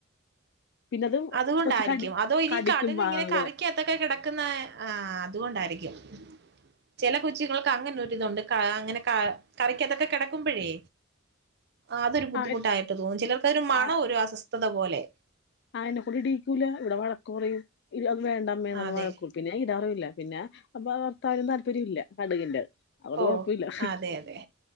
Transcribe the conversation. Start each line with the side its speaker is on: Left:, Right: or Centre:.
Left: പിന്നത്
Right: അതുകൊണ്ടായിരിക്കും
Left: കൊച്ച് കടി
Right: അതോ ഇനി
Left: കടിക്കും
Right: കടൽ ഇങ്ങനെ
Left: ആ അങ്ങനെ
Right: കറിക്കാത്തൊക്കെ കിടക്കുന്ന ആ അതുകൊണ്ടായിരിക്കും ചില കൊച്ചിങ്ങൾക് ക്കങ്ങനൊരിതുണ്ട് ക അങ്ങനെ കാ കറിക്കാത്തൊക്കെ കെട ക്കുമ്പഴേ ആ അതൊരു ബുദ്ധിമുട്ടായിട്ട്
Left: ആഹ്
Right: തോന്നും ചിലർക്കത് ഒരു മണ
Left: ആഹ്
Right: ഒരു അസ്ഥ ത്തതപോലെ
Left: എന്നെക്കൊണ്ടിടീക്കൂല്ല ഇവിടെ വഴക്ക് പറയും, ഇനി അത് വേണ്ടമ്മേന്ന്ള്ള
Right: അതെ
Left: വഴക്കും പിന്നെ ഞാൻ ഇടാറും ഇല്ല പിന്നെ അപ്പൊ അതോർത്താരും താല്പര്യ ഇല്ല കടുകിന്റെ അതുകൊണ്ട്
Right: ഓ
Left: കൊഴപ്പില്ല
Right: അതെ അതെ